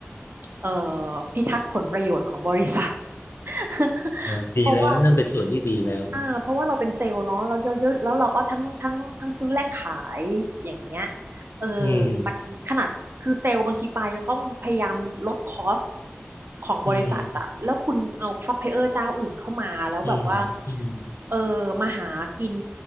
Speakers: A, on the right; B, on the left.
A: เอ่อพิทักษ์ผลประโยชน์ของบริษัท <laughs>
B: เออดีแล้วนั่นเป็นส่วนที่ดีแล้ว
A: เพราะว่า อ่าเพราะว่าเราเป็นเซลล์เนาะแล้วเยอะๆแล้วเราก็ทั้งทั้งทั้งซื้อและขายอย่างเงี้ยเออ
B: อืม
A: มันขนาดคือเซลล์บางทีปลายยังต้องพยายามลดคอสของบริษัทอะแล้วคุณเอาซัพพลายเออร์เจ้าอื่นเข้ามาแล้วแบบว่า
B: อืมอืมอืม
A: เออมาหากิน